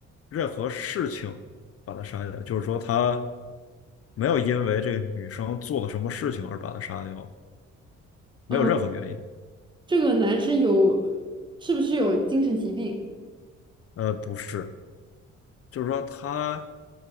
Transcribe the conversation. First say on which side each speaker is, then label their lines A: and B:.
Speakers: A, on the left; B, on the right.
A: 任何事情把他杀掉，就是说他没有因为这个女生做了什么事情而把他杀掉，没有任何原因。
B: 嗯，这个男生有是不是有精神疾病
A: 呃，不是，就是说他